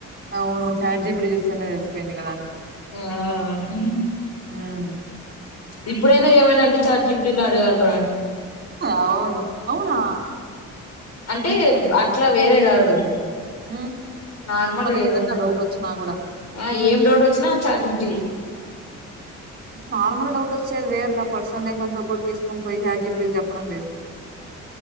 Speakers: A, on the right; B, on the left.
A: అవును చాట్ జీ పీ టీ చూస్తేనే తెలిసిపోయింది కదా అంతా
B: <unintelligible>
A: మ్మ్
B: ఇప్పుడేనా ఏమైనా అంటే చాట్ జీపీటీలో అడగగలరా
A: అవును అవునా
B: అంటే అట్లా వేరే కాదు
A: హ్మ్.
B: నార్మల్ గా
A: ఏదన్నా
B: ఏదైనా
A: డౌట్ వచ్చినా గూడా
B: ఆ ఏం డౌట్ వచ్చినా చాట్ జీపీటీ
A: నార్మల్ డౌట్ వచ్చేది వేరు పర్సనల్ లైఫ్ అంతా కూడా తీసుకొనిపోయి చాట్ జీపీ టీకి చెప్పడం వేరు